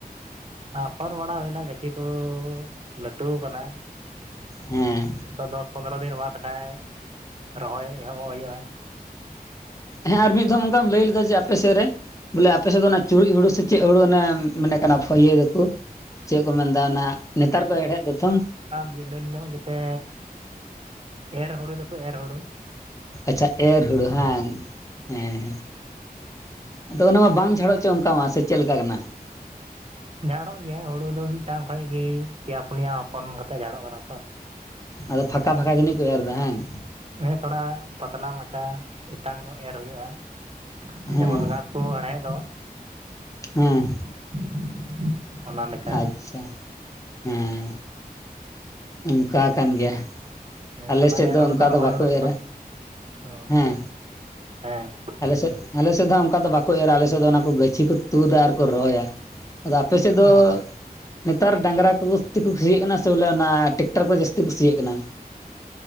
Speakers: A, on the right; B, on the left.
A: ᱟᱯᱷᱚᱨ ᱵᱟᱲᱟ ᱦᱩᱭ ᱱᱟ ᱜᱟᱹᱪᱷᱤ ᱠᱚ ᱞᱟᱹᱴᱩ ᱠᱟᱱᱟ ᱾
B: ᱦᱮᱸ
A: ᱛᱚ ᱫᱚᱥ ᱯᱚᱱᱫᱨᱚ ᱫᱤᱱ ᱵᱟᱛ ᱠᱟᱜ-ᱟᱭ ᱨᱚᱦᱚᱭ ᱮᱦᱚᱵ ᱚᱜ ᱦᱩᱭᱩᱜᱼᱟ ᱾
B: ᱦᱮᱸ ᱟᱨ ᱢᱤᱫ ᱫᱷᱚᱢ ᱚᱱ ᱠᱟᱢ ᱞᱟᱹᱭ ᱞᱮᱫᱟ ᱡᱮ ᱟᱯᱮ ᱥᱮᱫ ᱨᱮ ᱵᱚ ᱞᱮ ᱟᱯᱮ ᱥᱮᱫ ᱫᱚ ᱚᱱᱟ ᱪᱩᱲᱩᱡ ᱦᱩᱲᱩ ᱥᱮ ᱪᱮᱫ ᱦᱩᱲᱩ ᱚᱱᱮ ᱢᱮᱱᱮᱜ ᱠᱟᱱᱟ ᱯᱷᱚ ᱤᱛᱟᱹ ᱫᱚ ᱠᱩ ᱾ ᱪᱮᱫ ᱠᱚ ᱢᱮᱱ ᱫᱟ ᱚᱱᱟ ᱱᱮᱛᱟᱨ ᱠᱚ ᱦᱮᱲ ᱦᱮᱫ ᱫᱚ ᱛᱷᱚᱱ ᱾
A: ᱵᱤᱞᱚᱱ ᱧᱚᱜ ᱜᱮ ᱛᱮ ᱮᱨ ᱦᱩᱲᱩ ᱫᱚᱠᱚᱭ ᱮᱨ ᱦᱩᱲᱩ ᱾
B: ᱟᱪᱪᱷᱟ! ᱮᱨ ᱦᱩᱲᱩ ᱦᱮᱸ ᱦᱟᱝ ᱦᱮᱸ ᱟᱫᱚ ᱚᱱᱟ ᱢᱟ ᱵᱟᱝ ᱡᱷᱟ ᱲᱚᱜ ᱪᱚ ᱚᱱᱠᱟ ᱢᱟ ᱥᱮ ᱪᱮᱫ ᱞᱮᱠᱟ ᱠᱟᱱᱟ ᱾
A: ᱡᱷᱟᱲᱚᱜ ᱜᱮᱭᱟ ᱦᱩᱲᱩ ᱫᱚ ᱢᱤᱫ ᱴᱟᱝ ᱠᱷᱚᱱ ᱜᱮᱸ ᱯᱮᱭᱟ ᱯᱩᱱᱭᱟ ᱦᱚᱯᱚᱱ ᱠᱟᱛᱮ ᱡᱷᱟᱲᱚᱜ ᱠᱟᱱᱟ ᱛᱚ ᱾
B: ᱟᱫᱚ ᱯᱷᱟᱸᱠᱟ ᱯᱷᱟᱸᱠᱟ ᱡᱟᱹᱱᱤᱡ ᱠᱚ ᱮᱨ ᱮᱫᱟ ᱦᱮᱸ ᱵᱟᱝ᱾
A: ᱦᱮ ᱛᱷᱚᱲᱟ ᱯᱟᱛᱞᱟ ᱢᱟᱪᱷᱟ ᱮᱛᱟᱝ ᱧᱚᱜ ᱮᱨ ᱦᱩᱭᱩᱜᱼᱟ ᱾
B: ᱦᱮᱸ
A: ᱡᱮᱢᱚᱱ ᱱᱚᱣᱟ ᱠᱚ ᱦᱮᱢ ᱦᱮᱫᱼᱫᱟ ᱾
B: ᱦᱮᱸ
A: <inaudible> ᱞᱮᱠᱟ
B: ᱟᱪᱪᱷᱟ ᱦᱮᱸ ᱚᱝᱠᱟ ᱠᱟᱱ ᱜᱮᱭᱟ᱾
A: ᱦᱮᱸ
B: ᱟᱞᱮᱥᱮᱫ
A: ᱚᱱᱟ ᱮᱨ
B: ᱫᱚ
A: ᱦᱩᱲᱩ
B: ᱚᱝᱠᱟ
A: ᱨᱚᱦᱚᱭ
B: ᱫᱚ ᱵᱟᱠᱚ
A: ᱦᱩᱲᱩ ᱠᱷᱚᱡ
B: ᱮᱨᱟ
A: ᱚ
B: ᱦᱮᱸ᱾
A: ᱦᱮᱸ
B: ᱟᱞᱮᱥᱮᱜ ᱟᱞᱮᱥᱮᱜ ᱫᱚ ᱦᱟᱸᱜ ᱚᱝᱠᱟ ᱫᱚ ᱵᱟᱠᱚ ᱮᱨᱟ, ᱟᱞᱮᱥᱮᱜ ᱫᱚ ᱚᱱᱟ ᱠᱚ ᱜᱟᱹᱪᱷᱤ ᱠᱚ ᱛᱩᱫᱟ ᱟᱨᱠᱚ ᱨᱚᱦᱚᱭᱟ ᱾ ᱟᱫᱚ ᱟᱯᱮ ᱥᱮᱜ ᱫᱚ
A: ᱚ
B: ᱱᱮᱛᱟᱨ ᱰᱟᱝᱨᱟ ᱠᱚᱛᱤ ᱠᱚ ᱥᱤᱭᱟᱜ ᱠᱟᱱᱟ ᱥᱮ ᱵᱚᱞᱮ ᱚᱱᱟ ᱴᱮᱠᱴᱟᱨ ᱠᱚ ᱡᱟᱹᱥᱛᱤ ᱠᱩ ᱥᱤᱭᱟᱹᱜ ᱠᱟᱱᱟ?